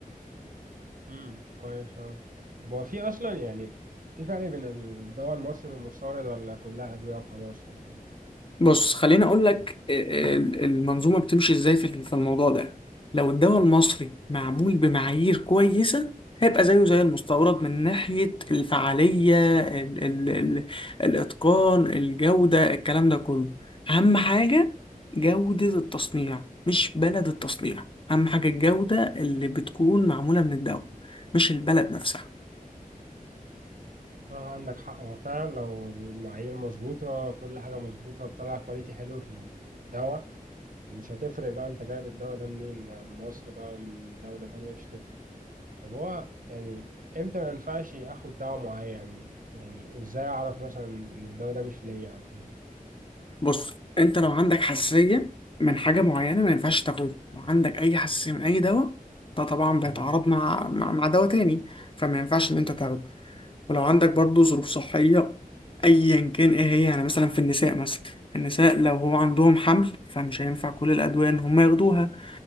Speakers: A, on the right (about 65°); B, on the left (about 35°).
A: امم كويس اوي طب هو في اصلا يعني في فرق بين الدواء المصري والمستورد ولا كلها ادويه وخلاص ولا ايه
B: بص خليني اقول لك آه، آه، المنظومه بتمشي ازاي في في الموضوع ده لو الدواء المصري معمول بمعايير كويسه هيبقى زيه زي المستورد من ناحيه الفعاليه ال ال ال الاتقان الجوده الكلام ده كله اهم حاجه جوده التصنيع مش بلد التصنيع اهم حاجه الجوده اللي بتكون معموله من الدواء مش البلد نفسها
A: صراحة عندك حق هو فعلا لو المعايير مظبوطة كل حاجة مظبوطة بتطلع كواليتي حلو في الدواء مش هتفرق بقى انت جايب الدواء ده منين من مصر بقى ومن دولة تانية مش هتفرق طب هو يعني امتى ما ينفعش اخد دواء معين يعني ازاي اعرف مثلا ان الدواء ده مش ليا او كده
B: بص انت لو عندك حساسيه من حاجه معينه ما ينفعش تاخدها لو عندك اي حساسيه من اي دواء ده طبعا بيتعارض
A: مهم.
B: مع مع, مع دواء تاني فما ينفعش ان انت تاخده ولو عندك برضو ظروف صحيه ايا كان ايه هي يعني مثلا في النساء مثلا النساء لو هو عندهم حمل فمش هينفع كل الادويه ان هم ياخدوها